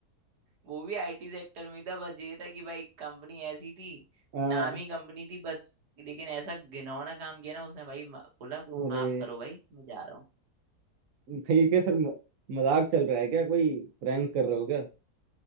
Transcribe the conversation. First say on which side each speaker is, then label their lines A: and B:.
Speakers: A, on the right; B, on the right.
A: वो भी आईटी सेक्टर में ही था बस ये था कि भाई कंपनी ऐसी थी
B: हाँ
A: नाम ही कंपनी थी बस लेकिन ऐसा घिनौना काम किया ना उसने भाई मा- बोला
B: अरे
A: माफ करो भाई मैं जा रहा हूँ
B: ठीक है सर म- मजाक चल रहा है क्या कोई प्रैंक कर रहे हो क्या